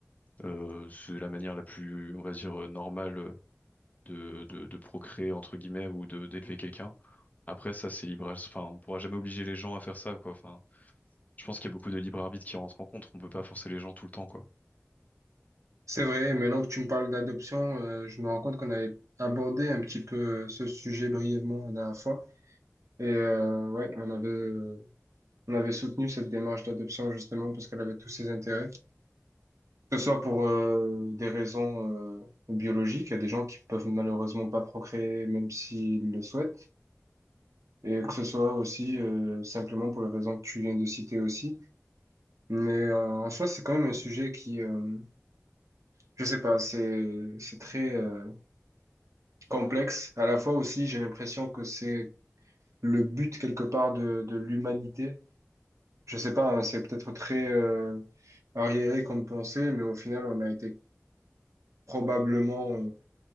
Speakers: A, on the left; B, on the right.
A: euh, c'est la manière la plus, on va dire, euh, normale euh, de, de, de procréer entre guillemets ou de d'élever quelqu'un. Après ça c'est libre, enfin on pourra jamais obliger les gens à faire ça quoi. Enfin, je pense qu'il y a beaucoup de libre arbitre qui rentre en compte. On peut pas forcer les gens tout le temps quoi.
B: C'est vrai, maintenant que tu me parles d'adoption, euh, je me rends compte qu'on avait abordé un petit peu euh, ce sujet brièvement la dernière fois. Et euh, ouais, on avait, euh, on avait soutenu cette démarche d'adoption justement parce qu'elle avait tous ses intérêts. Que ce soit pour euh, des raisons euh, biologiques, il y a des gens qui peuvent malheureusement pas procréer même s'ils le souhaitent. Et que ce soit aussi euh, simplement pour les raisons que tu viens de citer aussi. Mais euh, en soi, c'est quand même un sujet qui, euh, je sais pas, c'est, c'est très... euh, complexe. À la fois aussi, j'ai l'impression que c'est le but quelque part de, de l'humanité. Je sais pas, hein, c'est peut-être très euh, arriéré comme pensée, mais au final, on a été probablement euh,